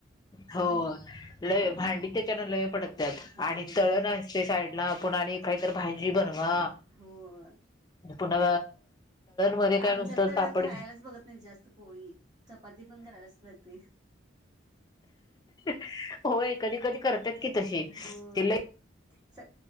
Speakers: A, on the left (about 20°); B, on the right (about 20°).
A: हो लई भांडी त्याच्यान लई पडत्यात
B: होय
A: आणि तळण असते साइड आणि काहीत भाजी बनवा
B: होय
A: पुन्हा मध्ये काय
B: आमच्यात
A: नुसतं
B: तर
A: पापड
B: खायलाच बघत नाही जास्त पोळी चपाती पण करायलाच लागते
A: होय कधी कधी करतात की तशी
B: होय
A: ति लय
B: स